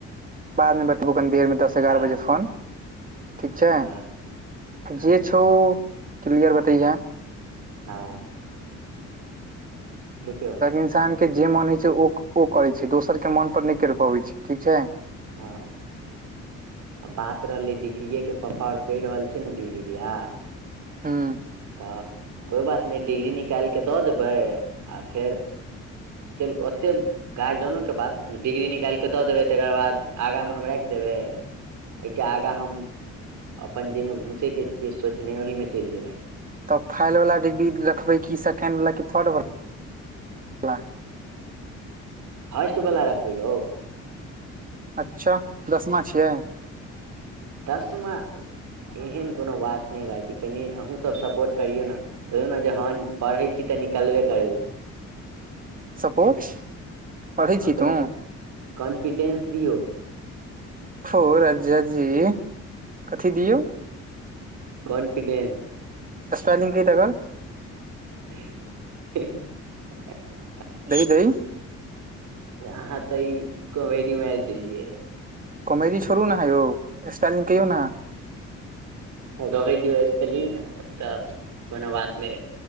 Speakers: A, on the right; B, on the right.
A: बाद मे बतेबो कनी देर में दस ग्यारह
B: हँ
A: बजे फोन ठीक छय
B: हँ हँ
A: जे छोउ क्लियर बतयहें
B: हँ देखियौ
A: इंसान के जे मन होय छय ओ ओ करय छय दोसर के मन पर नहि करि पबय छय ठीक छय।
B: हँ आ बात रहलय डिग्रीेये के पप्पा और कहि रहल छय ने डिग्री दिया।
A: हूँ।
B: त कोइ बात नय डिग्री निकालि क द देबय आ फेर चलु ओते गार्जियनो के बात डिग्री निकालि क द देबय तकर बाद आगा मे हम राखि देबय एहिके आगा हम अपन जहि मे घुसय के छिय सोचने ओहि में चलि जेबय।
A: तब फाइल वला डिग्री रखबय कि सेकेण्ड वला कि थर्डवला।
B: फर्स्ट बला रखबय यौ।
A: अच्छा दसमा छियै?
B: दसमा एहन कोनो बात नहि भाइजी कनि अहूँसभ सपोर्ट करियौ ना। कहियो न जे हँ पढ़ै छी तऽ निकलबे करबै।
A: सपोर्ट परेहैय
B: हँ
A: छीहि
B: कनि
A: तू।
B: कॉन्फिडेंस दियऔ।
A: हो राजा जी। कथी दियौ
B: कॉन्फिडेंस।
A: स्पेलिंग कहि त अकर।
B: <unintelligible>
A: दही दही।
B: अहाँ तऽ ई कॉमेडी माईर देलियै।
A: कोमेडी छोरु छोड़ू ने आहा यौ स्पेलिंग कहियौ ना।
B: रहय दियऔ स्पेलिंग तऽ कोनो बात नै।